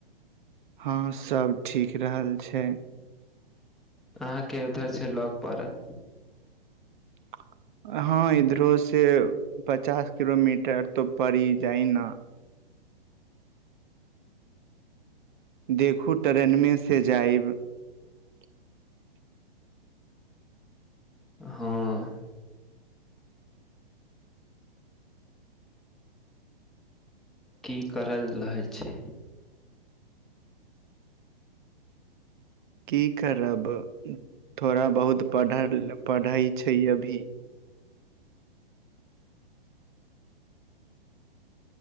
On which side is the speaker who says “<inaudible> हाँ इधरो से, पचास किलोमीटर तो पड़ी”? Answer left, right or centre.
Right